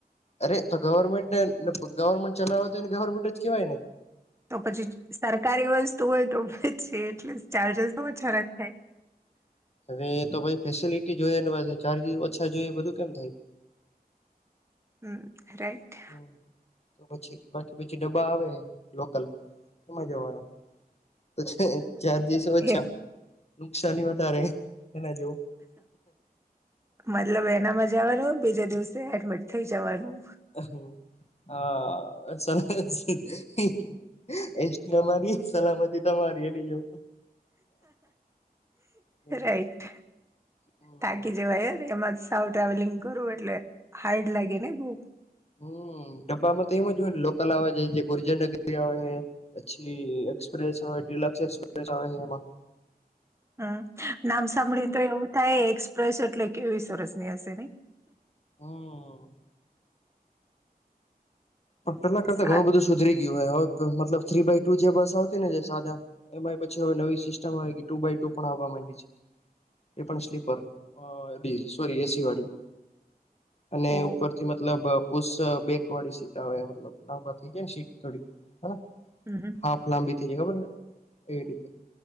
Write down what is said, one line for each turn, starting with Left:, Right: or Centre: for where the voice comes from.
Left: અરે તો ગવર્મેન્ટને ગવર્મેન્ટ ચલાવ તોને ગવર્મેન્ટ જ કેવાય ને.
Right: તો પછી સરકારી વસ્તુ હોય તો પછી એટલે ચાર્જસ તો ઓછા રકાય ખાય
Left: અને એ તો પછી ફેસિલિટી જોઈ નેછ ચાર્જસ ઓછા જોઈ બધું કેમ થાય
Right: હમ રાઈટ.
Left: હ તો પછી બાકી પછી ડબ્બા આવે લોકલ. સમમાં જવાનું. તો ચાર્ દસો અછા
Right: એ
Left: નુકસાની વધારે એના જેવ.
Right: મતલબ એનામાં જવાનું બીજા દિવસે એડમિટ થઈ જવાનું
Left: હા એન્ટ્રી અમારી સલામતી તમારી એ ન એવ હમ
Right: રાઈટ
Left: હમ
Right: તાકી જવાય યાર એમાં સાવ ટ્રાવેલિંગ કરવું એટલે હાર્ડ લાગે ને બહુ
Left: હમ્મ ડબ્બામાં તો એમ જ હોય લોકલ આવે છે જે ગુર્જર નગરી આવે પછી એક્સપ્રેસ આવે ડિલક્ષ એક્સપ્રેસ આવે છે એમાં
Right: હમ્મ નામ સાંભળી ને તો એવું થાય એક્સપ્રેસ એટલે કે કેવી સરસ ની હશે નહી
Left: હમ્મ પણ પેલા કરતા
Right: સારું
Left: ઘણું બધું સુધરી ગયું હોય હવે મતલબ થ્રી બાય ટુ જે બસ આવતી ને જે સાદા એમાંય પછી હવે નવી સિસ્ટમ આવે કે ટુ બાય ટુ પણ આવવા માંડી છે એ પણ સ્લીપર ડી સોરી એસી વાળી અને
Right: ઓ,
Left: ઉપરથી મતલબ પુષ બેક વાળી સીટ હ મતલબ લાંબા થઇ જાય ને સીટ થોડી હ
Right: હમ્મ હમ્મ
Left: હાફ લાંબી થઈ જાય ખબર એવી રીતે